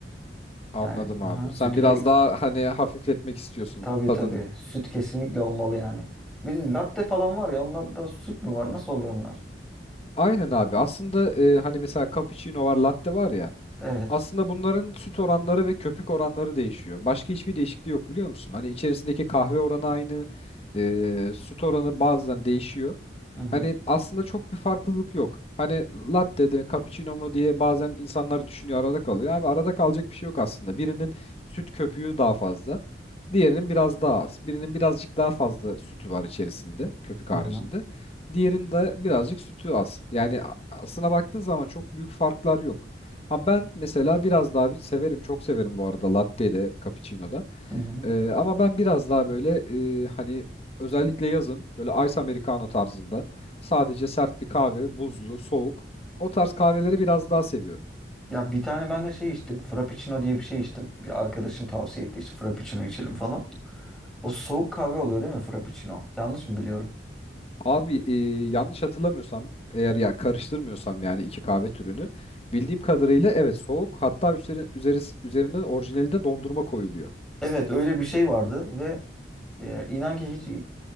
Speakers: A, on the left; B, in the centre.
A: Anladım
B: Yani aha,
A: abi.
B: sütü
A: Sen biraz
B: ke
A: daha hani hafifletmek istiyorsun
B: tabii
A: tadını.
B: tabii süt kesinlikle olmalı yani. Bir de latte falan var ya onlarda süt mü var? Nasıl oluyor onlar?
A: Aynen abi. Aslında e, hani mesela cappuccino var, latte var ya.
B: Evet.
A: Aslında bunların süt oranları ve köpük oranları değişiyor. Başka hiçbir değişikliği yok biliyor musun? Hani içerisindeki kahve oranı aynı, e, süt oranı bazen değişiyor.
B: Hı hı.
A: Hani aslında çok bir farklılık yok. Hani latte de cappuccino mu diye bazen insanlar düşünüyor arada kalıyor. Abi arada kalacak bir şey yok aslında. Birinin süt köpüğü daha fazla, diğerinin biraz daha az. Birinin birazcık daha fazla sütü var içerisinde, köpük haricinde.
B: Hı hı.
A: Diğerinde birazcık sütü az. Yani a- aslına baktığın zaman çok büyük farklar yok. Abi ben mesela biraz daha bir severim, çok severim bu arada latte de, cappuccino da.
B: Hı hı.
A: Ee, ama ben biraz daha böyle e, hani özellikle yazın böyle ice americano tarzında sadece sert bir kahve, buzlu, soğuk o tarz kahveleri biraz daha seviyorum.
B: Ya bir tane ben de şey içtim. Frappuccino diye bir şey içtim. Bir arkadaşım tavsiye etti işte Frappuccino içelim falan. O soğuk kahve oluyor değil mi Frappuccino? Yanlış mı biliyorum?
A: Abi e, yanlış hatırlamıyorsam eğer ya karıştırmıyorsam yani iki kahve türünü bildiğim kadarıyla evet soğuk hatta üzeri, üzeri, üzerine orijinalinde dondurma koyuluyor.
B: Evet öyle bir şey vardı ve Ee, inan ki hiç